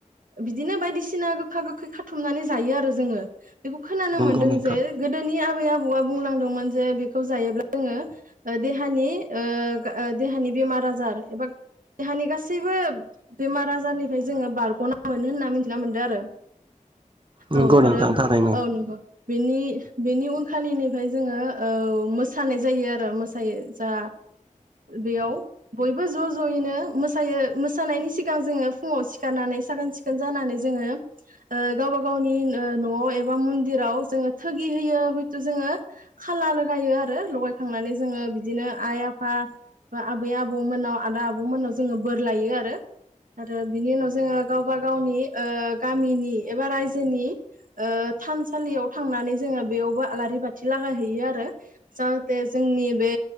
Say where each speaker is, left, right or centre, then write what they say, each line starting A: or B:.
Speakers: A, on the right; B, on the right.
A: बिदिनो बायदिसिना गोखा गोखै खाथुमनानै जायो आरो जोङो। बेखौ खोनानो
B: नंगौ
A: मोनदों
B: नोंथां
A: जे गोदोनि आ बै आबौआ बुंलांदोंमोन जे बेखौ जायोब्ला जोङो देहानि ओ देहानि बेमार आजार एबा देहानि गासैबो बेमार आजारनिफ्राय जोङो बारग'ना मोनो होनना मिथिना मोनदों आरो।
B: नंगौ
A: औ आरो
B: नोंथां। थारैनो
A: औ नंगौ बेनि बेनि उन आ खालिनिफ्राय जोङो ओ मोसानाय जायो आरो मोसायो जा बेयाव बयबो ज' ज'यैनो मोसायो मोसानायनि सिगां जोङो फुङाव सिखारनानै साखोन सिखोन जानानै जोङो ओ गावबा गावनि ओ न'आव ए बा मन्दिराव जोङो थोगि होयो हयथ' जोङो खाला लगायो आरो लगायखांनानै जोङो बिदिनो आइ आफा बा आबै आबौमोननाव आदा आबौमोननाव जोङो बोर लायो आरो आरो बिनि उनाव जोङो गावबा गावनि ओ गामिनि एबा रायजोनि थानसालियाव थांनानै जोङो बेयावबो आलारि बाथि लागाय हैैयो आरो। जाहाथे जोंनि बे